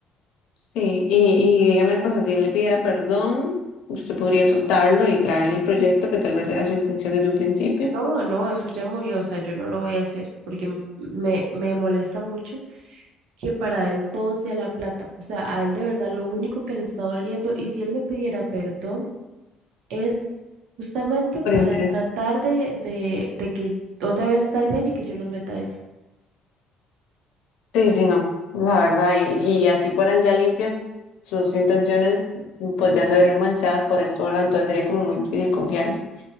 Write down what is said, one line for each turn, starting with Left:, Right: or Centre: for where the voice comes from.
Left: Sí, y, y dígame una cosa, si él le pidiera perdón, usted podría soltarlo y traerle el proyecto que tal vez era su intención desde un principio.
Right: No, no, eso ya murió, o sea, yo no lo voy a hacer porque m- me, me molesta mucho que para él todo sea la plata, o sea, a él de verdad lo único que le está doliendo y si él me pidiera perdón es justamente para
Left: Por interés.
Right: tratar de, de, de que otra vez estar bien y que yo los meta a eso.
Left: Sí, sí, no, la verdad, y, y así fueran ya limpias sus intenciones, pues ya se verían manchadas por esto, ¿verdad? Entonces sería como muy difícil confiarle.